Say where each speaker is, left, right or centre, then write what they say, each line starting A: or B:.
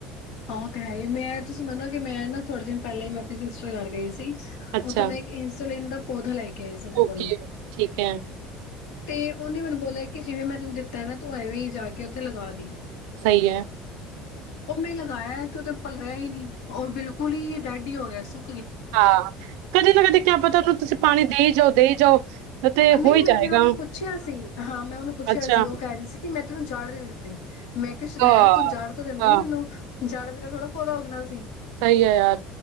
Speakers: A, on the left; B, on the right.
A: ਉਹ ਤੇ ਹੈ ਹੀ ਮੈਂ ਤੁਸੀਂ ਮੰਨੋ ਕਿ ਮੈਂ ਨਾ ਥੋੜੇ ਦਿਨ ਪੈਲੇ ਮੈਂ ਆਪਨੀ ਸਿਸਟਰ ਘਰ ਗਈ ਸੀ।
B: ਅੱਛਾ
A: ਉੱਥੋਂ ਮੈਂ ਇੱਕ ਇਨਸੁਲਿਨ ਦਾ ਔਦਾ <unintelligible> <unintelligible> ਦੇ ਕੋਲੋਂ।
B: ਓਕੇ ਠੀਕ ਹੈ
A: ਤੇ ਔਨੇ ਮੈਨੂੰ ਬੋਲਿਆ ਕਿ ਜਿਵੇਂ ਮੈਂ ਤੈਨੂੰ ਦਿੱਤਾ ਐ ਨਾ ਤੂੰ ਐਵੇਂ ਈ ਜਾ ਕੇ ਔਥੇ ਲਗਾ ਦੀਂ
B: ਸਈ ਐ।
A: ਉਹ ਮੈਂ ਲਗਾਇਆ ਤੇ ਉਹ ਤੇ ਪਲਰ ਆ ਹੀ ਨਹੀਂ ਉਹ ਬਿਲਕੁਲ ਹੀ ਡੈਡ ਹੀ ਹੋ ਗਿਆ ਸੁ
B: ਹਾਂ, ਕਦੇ ਨਾ ਕਦੇ ਕਿਆ ਆਪਾਂ ਹੁਣ ਤੁਸੀਂ ਪਾਣੀ ਦੇਈ ਜਾਓ -ਦੇਈ ਜਾਓ। ਤੇ
A: ਨਹੀਂ
B: ਹੋ ਹੀ
A: ਮੈਂ
B: ਜਾਏਗਾ
A: ਫਿਰ ਉਹਨੂੰ ਪੁੱਛਿਆ ਸੀ ਹਾਂ ਮੈਂ ਉਹਨੂੰ ਪੁੱਛਿਆ
B: ਅੱਛਾ
A: ਸੀ ਉਹ ਕਹਿ ਰਹੀ ਸੀ ਕਿ ਮੈਂ <unintelligible> ਦਿੱਤੇ ਮੈਂ ਕਿਹਾ ਸ਼ਦੈਨ
B: ਹਾਂ
A: <unintelligible> ਤੂੰ ਜਾੜ ਤਾਂ ਦਿੰਦੀ
B: ਹਾਂ
A: ਮੈਨੂੰ ਜੜ ਬਿਨਾਂ ਥੋੜਾ ਪੌਦਾ ਉੱਗਣਾ ਸੀ।
B: ਸਹੀ ਹੈ ਯਾਰ